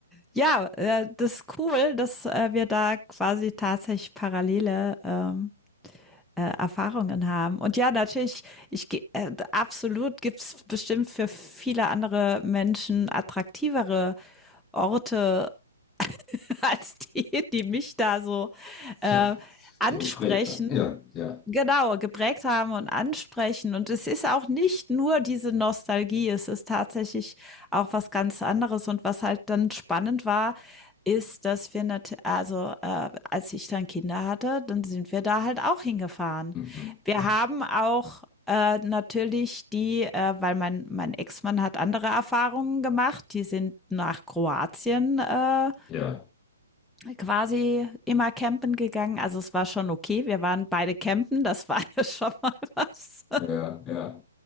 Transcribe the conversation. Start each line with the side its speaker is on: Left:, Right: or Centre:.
Centre: ja, äh, das ist cool, dass äh, wir da quasi tatsächlich parallele ähm, äh, Erfahrungen haben. Und ja, natürlich, ich geh- äh, absolut gibt's bestimmt für viele andere Menschen attraktivere Orte <laughs> als die, die mich da so äh,
Left: Tja,
Centre: ansprechen.
Left: so geprägt dann. Ja, ja.
Centre: Genau, geprägt haben und ansprechen. Und es ist auch nicht nur diese Nostalgie, es ist tatsächlich auch was ganz anderes. Und was halt dann spannend war, ist, dass wir nat also äh, als ich dann Kinder hatte, dann sind wir da halt auch hingefahren.
Left: Mhm,
Centre: Wir
Left: ja.
Centre: haben auch äh, natürlich die, äh, weil mein mein Ex-Mann hat andere Erfahrungen gemacht. Die sind nach Kroatien äh,
Left: Ja,
Centre: quasi immer campen gegangen. Also es war schon okay. Wir waren beide campen. Das war <laughs> ja schon mal was.
Left: Ja, ja.